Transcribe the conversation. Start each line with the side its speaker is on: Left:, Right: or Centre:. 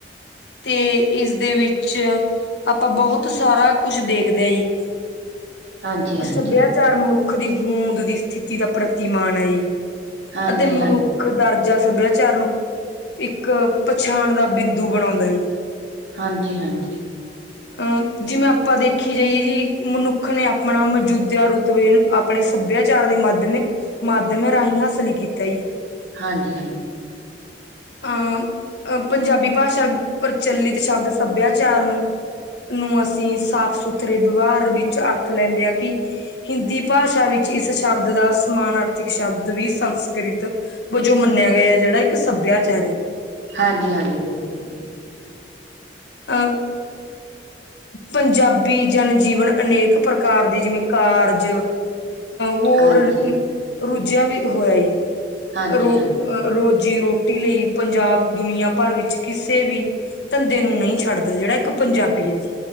Left: ਤੇ ਇਸਦੇ ਵਿੱਚ ਆਪਾਂ ਬਹੁਤ ਸਾਰਾ ਕੁਛ ਦੇਖਦੇ ਹਾਂ ਜੀ <inaudible>
Right: ਹਾਂਜੀ-ਹਾਂਜੀ।
Left: ਅ ਸੱਭਿਆਚਾਰ ਮਨੁੱਖ ਦੀ ਹੋਂਦ ਦੀ ਸਥਿਤੀ ਦਾ ਪ੍ਰਤੀਮਾਨ ਹੈ ਜੀ
Right: ਹਾਂਜੀ-ਹਾਂਜੀ,
Left: ਅਤੇ ਮਨੁੱਖ ਦਰਜਾ ਸੱਭਿਆਚਾਰ ਨੂੰ ਇੱਕ ਪਛਾਣ ਦਾ ਬਿੰਦੂ ਬਣਾਉਂਦਾ ਸੀ
Right: ਹਾਂਜੀ ਹਾਂਜੀ
Left: ਅਹ ਜਿਵੇਂ ਆਪਾਂ ਦੇਖੀ ਜਾਈਏ ਜੀ ਮਨੁੱਖ ਨੇ ਆਪਣਾ ਮੌਜੂਦਾ ਰੁਤਬੇ ਆਪਣੇ ਸੱਭਿਆਚਾਰ ਦੇ ਮਾਧਿਮ ਮਾਧਿਅਮਾਂ ਰਾਹੀਂ ਹਾਸਲ ਕੀਤਾ ਜੀ
Right: ਹਾਂਜੀ ਹਾਂਜੀ
Left: ਅ ਪੰਜਾਬੀ ਭਾਸ਼ਾ ਪ੍ਰਚਲਿਤ ਸ਼ਬਦ ਸੱਭਿਆਚਾਰ ਨੂੰ ਨੂੰ ਅਸੀਂ ਸਾਫ ਸੁਥਰੇ ਵਿਵਹਾਰ ਵਿੱਚ ਅਰਥ ਲੈਂਦੇ ਹਾਂ ਕਿ ਹਿੰਦੀ ਭਾਸ਼ਾ ਵਿੱਚ ਇਸ ਸ਼ਬਦ ਦਾ ਸਮਾਨ ਅਰਥਿਕ ਸ਼ਬਦ ਵੀ ਸੰਸਕ੍ਰਿਤ ਵਜੋਂ ਮੰਨਿਆ ਗਿਆ ਹੈ ਜਿਹੜਾ ਇੱਕ ਸੱਭਿਆਚਾਰ
Right: ਹਾਂਜੀ ਹਾਂਜੀ ਬਿਲਕੁਲ
Left: ਅ <unintelligible> ਪੰਜਾਬੀ ਜਨਜੀਵਨ ਅਨੇਕ ਪ੍ਰਕਾਰ ਦੇ ਜਿਵੇਂ ਕਾਰਜ ਹੋਰ
Right: ਹਾਂਜੀ।
Left: ਰੁੱਝਿਆ ਵੀ ਹੋਇਆ
Right: ਹਾਂਜੀ
Left: ਰੁ
Right: ਹਾਂਜੀ
Left: ਰੋਜ਼ੀ-ਰੋਟੀ ਲਈ ਪੰਜਾਬ, ਦੁਨੀਆਂ ਭਰ ਵਿੱਚ ਕਿਸੇ ਵੀ ਧੰਦੇ ਨੂੰ ਨਹੀਂ ਛੱਡਦਾ ਜਿਹੜਾ ਇੱਕ ਪੰਜਾਬੀ ਹੈ ਜੀ।